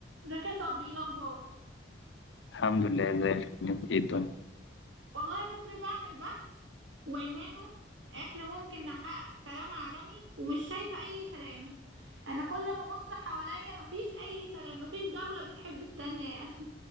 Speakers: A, on the right (about 85°); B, on the left (about 75°).
A: ازيك يا صبري ايه الاخبار
B: الحمد لله زي الفل انت ايه الدنيا
A: والله يا صبري بعمل بحث وعنوانه احنا ممكن نحقق سلام عالمي ومش شايفة اي سلام انا كل ما ابص حواليا مفيش اي سلام مفيش دولة بتحب التانية يا اخي